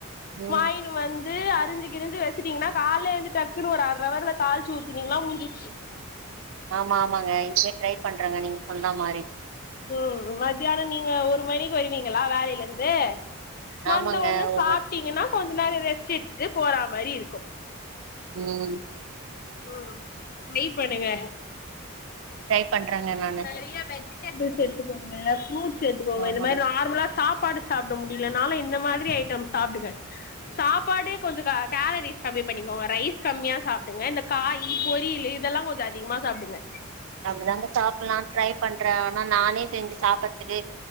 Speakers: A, on the right; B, on the left.
A: ம்
B: வாங்கின்னு வந்து அரிஞ்சு கி்ரிஞ்சு வச்சிட்டீங்கன்னா காலே எழுந்து டக்குன்னு ஒரு அரை அவர்ல தாழிச்சு ஊத்தினிங்கன்னா முஞ்சுச்சு
A: ஆமா ஆமாங்க இங் <inaudible> யே ட்ரை பண்றங்க நீங்க சொன்னா மாரி
B: ம் மத்தியானோ நீங்க ஒரு மணிக்கு வருவீங்களா வேலைலருந்து
A: ஆமாங்க
B: வந்தவொன்னே
A: ஒரு
B: சாப்ட்டீங்கன்னா
A: மட்
B: கொஞ்ச நேரோ ரெஸ்ட்டு எடுத்துட்டு போறா மாரி இருக்கு
A: ம்
B: ம் நெய் பண்ணுங்க
A: ட்ரை பண்றங்க நானு
B: நெறைய வெஜிடேபிள்ஸ் எத்துக்கோங்க ஃப்ரூட்ஸ் எத்துக்கோங்க
A: ஆமாங்க
B: இந்த மாரி நார்மலா சாப்பாடு சாப்ட முடிலேனாலு இந்த மாதிரி ஐட்டம் சாப்டுங்க சாப் சப்பாடே கொஞ்சோ கேலரிஸ் கம்மி பண்ணிக்கோங்க ரைஸ் கம்மியா சாப்டுங்க இந்த காய்யி பொரியல்லு இதெல்லா கொஞ்சோ அத் அதிகமா சாப்டுங்க
A: அப்டிதாங்க சாப்டுல்லான் ட்ரை பண்ற ஆனா நானே செஞ்சு சாப்டுறதுக்கு